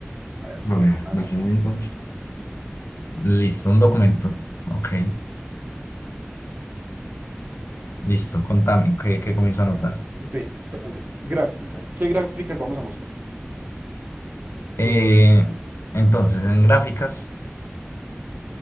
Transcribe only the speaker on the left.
A ver,
dame un momento. Listo, un documento. Ok, listo, contame, que, que comienzo a anotar.
Eh,
entonces, en gráficas,